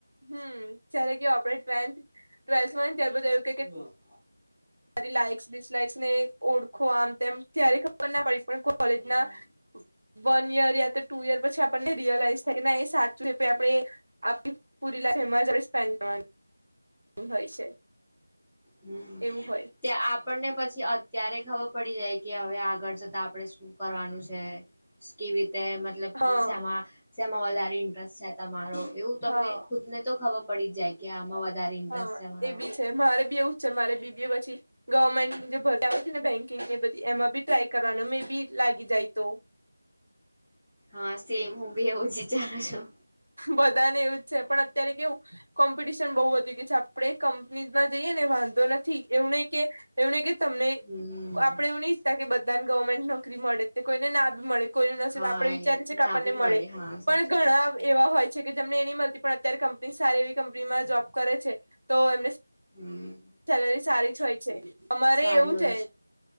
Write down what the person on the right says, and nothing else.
હમ્મ જય્યારે કે <unintelligible> ટ્વેલ્થ ત્યારે બધા
મા લાઈક્સ ડિસલાઇક્સ ને ઓળખો આમ તેમ ક્યારે ખબર ના પડી પણ કોલેજના
વન યર યા તો ટુ યર પછી આપણને રિયલાઈઝ થાય એ સાચું એ આપે આપ પુરી લાઈફ એમાજ સ્પેડ કરવાની હોય છે
એવું હોય
હા
હા
હા
એ બી મારે બી એવું છે મારે બી બી પછી ગવર્મેન્ટની જે ભર આવે છે ને બેંકિંગ ની બધી એમાં બી ટ્રાય કરવાનો મે બી લાગી જાય તો
બધા ને એવું જ છે પણ અત્યારે કેવું કોમ્પિટિશન બહુ વધી ગય છે આપડે કમંપનીઝ માં જઈએ ને વાં તો નથી એવને કે એમને કે તમને
આપણે એવની ત્યા કે બધાને ગવર્મેન્ટ નોકરી મળે તે કોઈને ના બી મળે કોઈ આપડે
વિચારી છે કે
આપણને
મળે
પણ ઘણા
એવા હોય છે કે જેમને એ નહી મળતી પણ અત્યારે કંપની સારી એવી કંપનીમાં જોબ કરે છે તો એમને
સેલરી સારી જ હોય છે અમારે
એવું
છે